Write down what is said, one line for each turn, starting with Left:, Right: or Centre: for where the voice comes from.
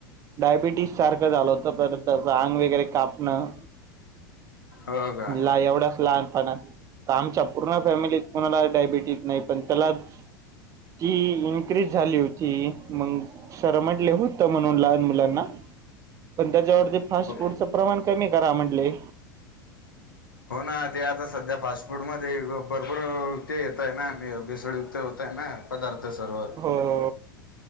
Right: डायबिटीस सारखं झालं होतं परत अंग वगैरे कापणं.
Left: हो का
Right: ला एवढाच लहानपणा आमच्या पूर्ण फॅमिलीत कोणाला डायबिटीस नाही पण त्यलाच ती इनक्रीज झाली होती मग. शरमटले होत म्हणून लहान मुलांना पण त्याच्यावरती फास्ट
Left: हो
Right: फूडचं प्रमाण कमी करा म्हण्टले.
Left: हो ना ते आता सध्या फास्टफूडमध्ये भरपूर ते येतय ना भेसळयुक्त होतय ना. पदार्थ सर्व
Right: हो!